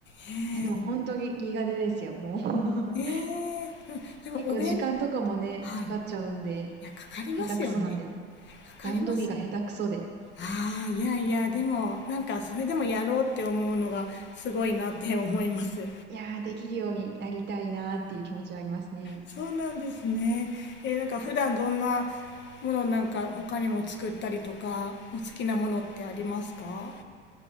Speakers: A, on the left; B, on the right.
A: へえ、
B: いやでも本当に苦手ですよ、もう。<laughs>
A: ええ、うん、でもお弁
B: 結構時間とかもね、
A: はい。
B: かかっちゃうんで、
A: いや、かかりますよね。
B: 下手くそなんで。
A: かかります。
B: 段取りが下手くそで、
A: ああ、いやいや、でもなんかそれでもやろうって思うのがすごいなって思います。
B: いやー、できるようになりたいなーっていう気持ちはありますね。
A: そうなんですね。えー、なんか普段どんなものなんか他にも作ったりとか、お好きなものってありますかは